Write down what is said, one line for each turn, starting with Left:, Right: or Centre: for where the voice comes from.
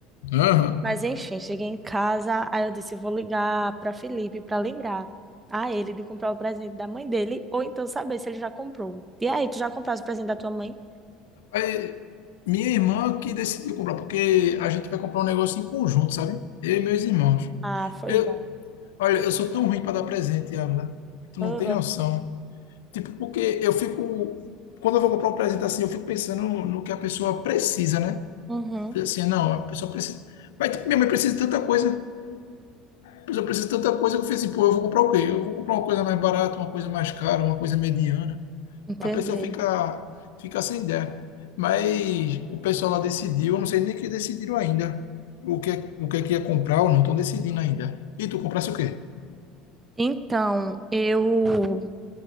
Left: Aham.
Right: Mas enfim, cheguei em casa, aí eu disse, eu vou ligar para Felipe para lembrar a ele de comprar o presente da mãe dele, ou então saber se ele já comprou. E aí, tu já compraste o presente da tua mãe?
Left: Aí, minha irmã que decidiu comprar, porque a gente vai comprar um negócio em conjunto, sabe? Eu e meus irmãos.
Right: Ah, foi
Left: Eu,
Right: bom.
Left: olha, eu sou tão ruim para dar presente, Abra. Tu
Right: Aham.
Left: não tem noção. Tipo, porque eu fico. Quando eu vou comprar um presente assim, eu fico pensando no que a pessoa precisa, né?
Right: Uhum.
Left: Assim, não, a pessoa precisa. Mas tipo, minha mãe precisa de tanta coisa. A pessoa precisa de tanta coisa que eu falei assim, pô, eu vou comprar o quê? Eu vou comprar uma coisa mais barata, uma coisa mais cara, uma coisa mediana.
Right: Entendi.
Left: a pessoa fica, fica sem ideia. Mas o pessoal lá decidiu, eu não sei nem que decidiram ainda o que, é- o que é que ia comprar ou não, estão decidindo ainda. E tu comprasse o quê?
Right: Então, eu